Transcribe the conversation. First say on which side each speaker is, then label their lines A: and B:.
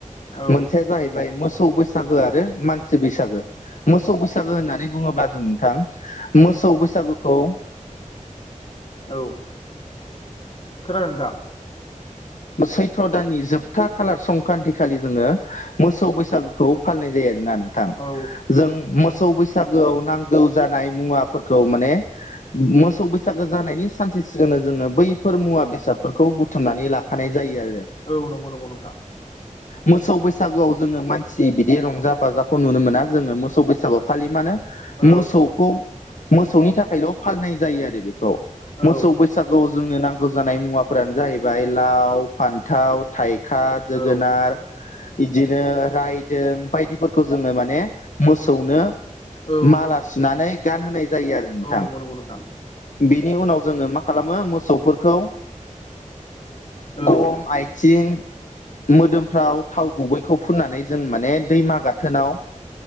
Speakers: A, on the left; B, on the left.
A: औ
B: मोनसेया जाहै बाय मोसौ बैसागो आरो मानसि बैसागो मोसौ बैसा सागो होननानै बुङोब्ला जों नोंथां मोसौ बैसागुखौ
A: औ खोनादों नोंथां।
B: सैथ्र' दाननि जोब था खालार संक्रान्ति खालि जोङो मोसौ बैसागुखौ फालिनाय जायो आरोना नोंथां।
A: औ
B: जों मोसौ बैसागोआव नांगौ जानाय मुवाफोरखौ माने मोसौ बैसागो जानायनि सानसे सिगांनो जोङो बैफोर मुवा बेसादफोरखौ बुथुमनानै ला खानाय जायो आरो।
A: औ नंगौ नंगौ नोंथां।
B: मोसौ बैसागोआव जोङो मानसि बिदि रंजा बाजाखौ नुनो मोना जोङो मोसौ बैसागोआव खालि मानो
A: औ
B: मोसौखौ मोसौनि थाखायल' फालिनाय जायो आरो बेखौ।
A: औ
B: मोसौ बैसागुआव जोंनो नांगौ जानाय मुवाफोरानो जाहैबाय लाव फान्थाव थाइखा जोगोनार
A: औ
B: इदिनो रायदों बायदिफोरखौ जोङो माने मोसौनो
A: औ
B: माला सुनानै गानहोनाय जायो आरो नोंथां।
A: औ नंगौ नंगौ नोंथां
B: बेनि उनाव जोङो मा खालामो मोसौफोरखौ
A: औ
B: गं आइथिं मोदोमफ्राव थाव गुबैखौ फुननानै जों माने दैमा गाथोनाव